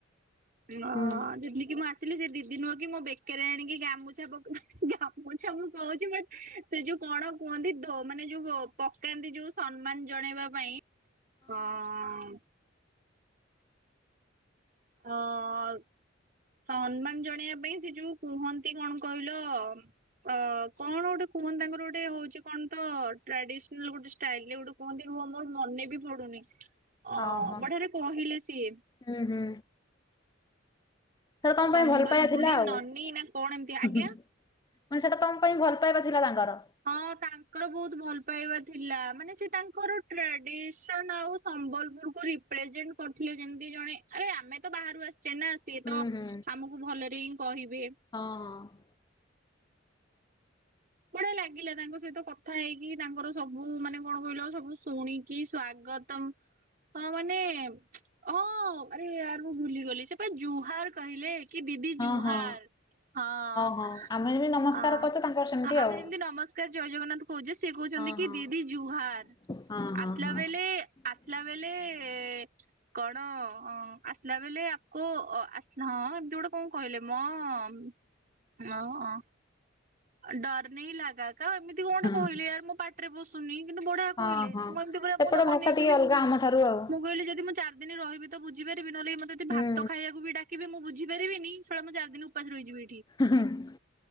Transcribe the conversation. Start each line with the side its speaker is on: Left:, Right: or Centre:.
Right: ପ୍ରିଉନ୍
Left: ହୁଁ ହ
Right: ହଁ ଯେମିତି କିି ମୁଁ ଆସିଲି ସେ ଦିଦି ନୁହଁକି ମୋ ବେକରେ ଆଣିକି ଗାମୁଛା ପକା ଗାମୁଛା ମୁଁ କହୁଛି ବଟ ସେ ଯୋଉ କଣ କୁହନ୍ତି ଦୋ ମାନେ ଯୋଉ ପକାନ୍ତି ଯୋଉ ସମ୍ମାନ ଜଣେଇବା ପାଇଁ ହଁ ଅ ଅ ମ ହଁ ଅ ଆଉ ସମ୍ମାନ ଜଣେଇବା ପାଇଁ ସେ ଯୋଉ କୁହନ୍ତି କଣ କହିଲ ଅ ଅ କଣ ଗୋଟେ କୁହନ୍ତି ତାଙ୍କର ଗୋଟେ ହଉଛି କଣ ତ ଟ୍ରାଡିସଲ ଗୋଟେ ଷ୍ଟାଇଲ ଗୋଟେ କୁହନ୍ତି ରୁହ ମୋର ମନେ ବି ପଡୁନି ଅ
Left: ଓହୋ
Right: ବଢିଆରେ କହିଲେ ସିଏ
Left: ହୁଁ ହୁ ସେଟା ତମ
Right: ସମ୍ବଲପୁରୀ
Left: ପାଇଁ ଭଲ ପାଇବା ଥିଲା ଆଉ
Right: ନନୀ ନା କଣ ଏମିତି ଆଜ୍ଞା
Left: ହ ହୁଁ ମାନେ ସେଟା ତମ ପାଇଁ ଭଲ ପାଇବା ଥିଲା ତାଙ୍କର
Right: ହଁ ଅ ତାଙ୍କର ବହୁତ ଭଲ ପାଇବା ଥିଲା ମାନେ ସେ ତାଙ୍କର ଟ୍ରାଡିସନ ଆଉ ସମ୍ବଲପୁରକୁ ରିପ୍ରେଜେଣ୍ଟ କରିଥିଲେ ଯେମିତି ଜଣେ ଆରେ ଆମେ ତ ବାହାରୁ ଆସିଛେ ନା ସିଏତ
Left: ହୁଁ ହୁଁ
Right: ଆମକୁ ଭଲରେ ହିଁ କହିବେ
Left: ହଁ ଅ ଅ
Right: ବଢିଆ ଲାଗିଲା ତାଙ୍କ ସହିତ କଥା ହେଇକି ତାଙ୍କର ସବୁ ମାନେ କଣ କହିଲ ସବୁ ଶୁଣିକି ସ୍ଵାଗତ ତମ୍ ହଁ ମାନେ ହଁ ଆରେ ୟାର ମୁଁ ଭୁଲିଗଲି ସେପା ଜୁହାର କହିଲେ କି ଦିଦି
Left: ହଁ
Right: ଜୁହାର
Left: ହଁ
Right: ହଁ ଅ
Left: ହଁ ଆମେ ଯେମିତି ନମସ୍କାର
Right: ଆ
Left: କରୁଛୁ ତାଙ୍କର ସେମିତି
Right: ଆ ଆମେ
Left: ଆଉ
Right: ଯେମିତି ନମସ୍କାର ଜୟ ଜଗନ୍ନାଥ ହଉଯେ ସେ କହୁଛନ୍ତି
Left: ହଁ
Right: କି
Left: ହଁ।
Right: ଦିଦି ଜୁହାର
Left: ହଁ ହଁ
Right: ଆସିଲାବେଲେ
Left: ହଁ
Right: ଆସିଲାବେଲେ ଏ ଏ କଣ ଆସିଲାବେଲେ ଆମକୁ ଆ ହଁ ଏମତି ଗୋଟେ କଣ କହିଲେ ମମ୍ ହ ହ ଡର ନହି ଲାଗାକା ଏମିତ ଏମିତି କଣ
Left: ହଁ
Right: ଗୋଟେ କହିଲେ ୟାର ମୋ ପାଟିରେ ପସୁନି କିନ୍ତୁ ବଢିଆ
Left: ହଁ
Right: କହିଲେ
Left: ହଁ।
Right: ମୁଁ ଏମିତି ପରା
Left: ସେପଟ
Right: ମୁଁ ତାଙ୍କୁ
Left: ଭାଷା
Right: ଅନେଇକି
Left: ଟିକେ
Right: ବୋଲି
Left: ଅଲଗା
Right: ମୁ
Left: ଆମ ଠାରୁ ଆଉ
Right: ମୁଁ କହିଲି ଯଦି ମୁଁ ଚାରିିଦିନି ରହିବି ତ ବୁଝିପାରିବି ନହେଲେ ମତେ ଯଦି
Left: ହୁଁ
Right: ଭାତ ଖାଇବାକୁ ବି ଡାକିବେ ମୁଁ ବୁଝିପାରିବିନି ଶଳା ମୁଁ ଚାରିଦିନ ଉପାସ ରହିଯିବି ଏଠି।
Left: ହୁଁ ହୁଁ।